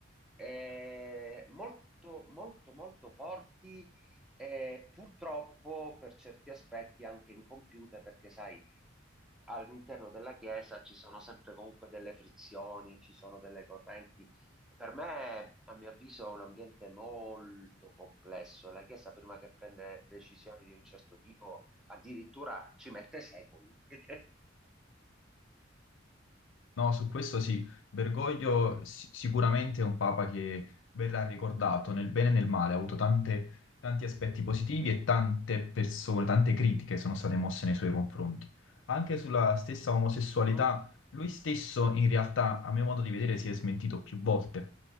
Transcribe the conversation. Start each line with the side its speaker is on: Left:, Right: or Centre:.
Centre: eh, molto, molto, molto forti e purtroppo per certi aspetti anche incompiute, perché sai, all'interno della Chiesa ci sono sempre comunque delle frizioni, ci sono delle correnti per me, a mio avviso, è un ambiente molto complesso. La Chiesa, prima che prende decisioni di un certo tipo, addirittura ci mette secoli. <laughs>
Left: No, su questo sì, Bergoglio si- sicuramente è un papa che verrà ricordato nel bene e nel male, ha avuto tante- tanti aspetti positivi e tante persone, tante critiche sono state mosse nei suoi confronti. Anche sulla stessa omosessualità,
Centre: Mhm.
Left: lui stesso in realtà, a mio modo di vedere, si è smentito più volte.